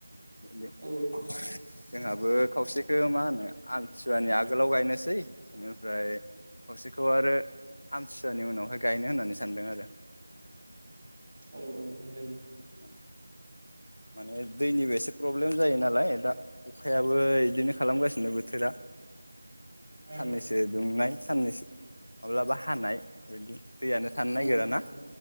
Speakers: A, on the left; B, on the right.
A: <inaudible>
B: औ
A: जोंहाबो खावस ओ मा होनो आम थिसुवानि आगोलाव गायनोसै इनिफ्राय खावसेखौ आरो आमथिसुवानि उनावहाय गायनो होननानै सानदों आरो।
B: औ औ <inaudible>
A: उम माने दैनिबो एसे प्रब्लेम जायो नालाय ओ दा अखायाबो इदिनो खालामगासिनो बोथोरा
B: उम
A: साननैसो दुंनाय साननैसो माब्लाबा हानाय बिदि दैयानो थानो नागिराना
B: उम